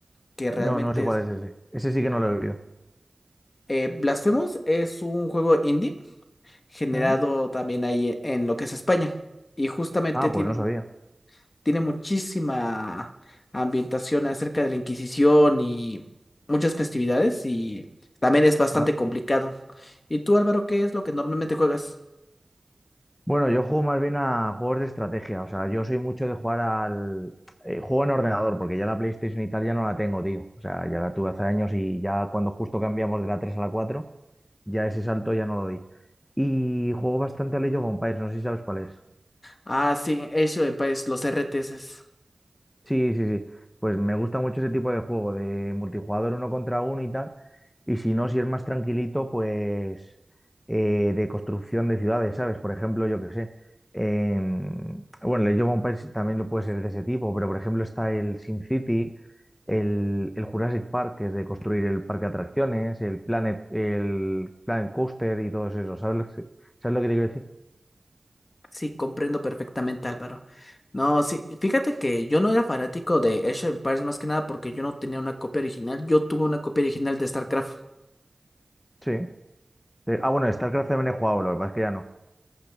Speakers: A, on the left (about 70°); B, on the left (about 25°).
A: que realmente
B: No, no sé cuál
A: es...
B: es ese. Ese sí que no lo he oído.
A: eh, Blasphemous es un juego indie generado
B: ¿Mm?
A: también ahí en lo que es España. Y justamente
B: Ah,
A: tiene,
B: pues no sabía.
A: tiene muchísima ambientación acerca de la Inquisición y muchas festividades y también es bastante
B: Ah.
A: complicado. ¿Y tú, Álvaro, qué es lo que normalmente juegas?
B: Bueno, yo juego más bien a juegos de estrategia, o sea, yo soy mucho de jugar al... eh, juego en ordenador, porque ya la PlayStation y tal ya no la tengo, tío. O sea, ya la tuve hace años y ya cuando justo cambiamos de la 3 a la cuatro. ya ese salto ya no lo di. Y juego bastante al Age of Empires, no sé si sabes cuál es.
A: Ah, sí, eso en país, los RTS.
B: Sí, sí, sí. Pues me gusta mucho ese tipo de juego, de multijugador uno contra uno y tal. Y si no, si es más tranquilito, pues eh, de construcción de ciudades, ¿sabes? Por ejemplo, yo qué sé. en- bueno, el Age of Empires también lo puede ser de ese tipo, pero por ejemplo está el SimCity, el, el Jurassic Park, que es de construir el parque de atracciones, el Planet, el Planet Coaster y todos esos. ¿Sabes lo que, sabes lo que te quiero decir?
A: Sí, comprendo perfectamente, Álvaro. No, sí, fíjate que yo no era fanático de Age of Empires más que nada porque yo no tenía una copia original. Yo tuve una copia original de StarCraft.
B: Sí. Eh, ah, bueno, StarCraft también he jugado, lo que pasa es que ya no.